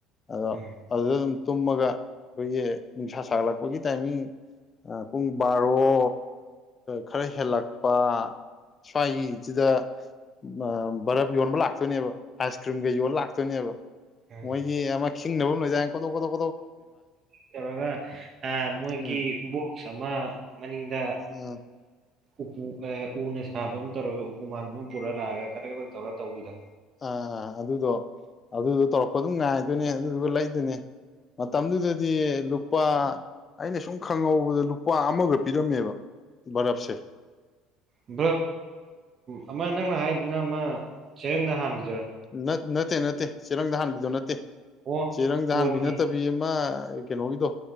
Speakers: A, on the left; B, on the right.
A: ꯑꯗꯣ
B: ꯎꯝ ꯎꯝ
A: ꯑꯗꯨꯗ ꯇꯨꯝꯃꯒ ꯑꯩꯈꯣꯏꯒꯤ ꯅꯨꯡꯁꯥ ꯁꯥꯒꯠꯂꯛꯄꯒꯤ ꯇꯥꯏꯃꯤꯡ ꯄꯨꯡ ꯕꯥꯔꯣ ꯈꯔ ꯍꯦꯜꯂꯛꯄ ꯁ꯭ꯋꯥꯏꯒꯤ ꯁꯤꯗ ꯑ ꯕꯔꯞ ꯌꯣꯟꯕ ꯂꯥꯛꯇꯣꯏꯅꯦꯕ ꯑꯥꯏꯁ ꯀ꯭ꯔꯤꯝꯒꯩ ꯌꯣꯜ ꯂꯥꯛꯇꯣꯏꯅꯦꯕ
B: ꯎꯝ
A: ꯑꯃ ꯈꯤꯡꯪꯅꯕ ꯂꯝꯣꯏꯅ ꯈꯣ ꯀꯣꯛ
B: ꯇꯧꯔꯒ ꯃꯣꯏꯒꯤ
A: ꯎꯝ
B: ꯕꯣꯛꯁ ꯑꯃ ꯃꯅꯤꯡꯗ
A: ꯑꯥ
B: ꯎꯄꯨ ꯎꯅ ꯁꯥꯕ ꯑꯃ ꯇꯧꯔꯒ ꯎꯄꯨ ꯃꯥꯟꯕ ꯑꯃ ꯄꯨꯔ ꯂꯥꯛꯑꯒ ꯀ ꯀ ꯇꯧꯔ ꯇꯧꯕꯤꯗꯣ
A: ꯑꯥ ꯑꯥ ꯑꯗꯨꯗꯣ ꯑꯗꯨꯗꯣ ꯇꯧꯔꯛꯄ ꯑꯗꯨꯝ ꯉꯥꯏꯗꯣꯏꯅꯦ ꯑꯗꯨꯗꯨꯒ ꯂꯩꯗꯅꯦ ꯃꯇꯝꯗꯨꯗꯗꯤ ꯂꯨꯄꯥ ꯑꯩꯅ ꯁꯨꯝ ꯈꯪꯍꯧꯕꯗ ꯂꯨꯄꯥ ꯑꯃꯒ ꯄꯤꯔꯝꯃꯦꯕ ꯕꯔꯞꯁꯦ
B: ꯎ ꯑꯃ ꯅꯪꯅ ꯍꯥꯏꯗꯅ ꯑꯃ ꯆꯔꯦꯡꯅ ꯍꯕꯤ
A: ꯅ ꯅꯠꯇꯦ ꯅꯠꯇꯦ ꯆꯦꯔꯪꯗꯍꯥꯟꯕꯤꯗꯣ ꯅꯠꯇꯦ
B: ꯑꯣ
A: ꯆꯦꯔꯪꯗꯍꯥꯟꯕꯤ
B: ꯀꯣꯟꯒꯤ
A: ꯅꯠꯇꯕꯤ ꯑꯃ ꯑꯩ ꯀꯩꯅꯣꯒꯤꯗꯣ